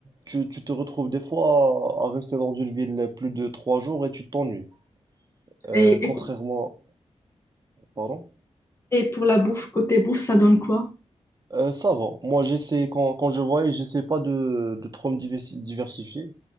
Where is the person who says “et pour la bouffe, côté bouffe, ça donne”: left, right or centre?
Left